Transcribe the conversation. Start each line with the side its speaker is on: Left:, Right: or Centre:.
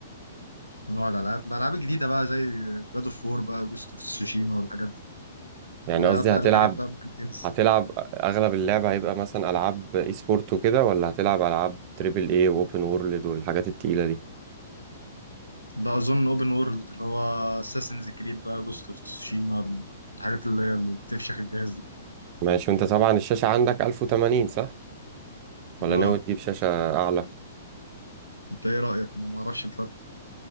Left: من نوع الالعاب الالعاب الجديده بقى زي جاد اوف وور بقى جوست اوف تسوشيما والحاجات دي
Right: يعني
Left: لا
Right: قصدي
Left: اتقل
Right: هتلعب
Left: الحاجات بقى ممكن تنسى
Right: هتلعب اغلب اللعبة هيبقى مثلا العاب اي سبورت وكده ولا هتلعب العاب تريبل اي واوبن وورلد والحاجات التقيلة دي
Left: ده اظن اوبن وورلد اللي هو اساسنز كريد بقى جوست اوف تسوشيما الحاجات اللي هي اللي بتفشخ الجهاز دي
Right: ماشي وانت طبعا الشاشة عندك 1080 صح ولا
Left: اه
Right: ناوي تجيب شاشة اعلى
Left: انت ايه رايك انا ما اعرفش الفرق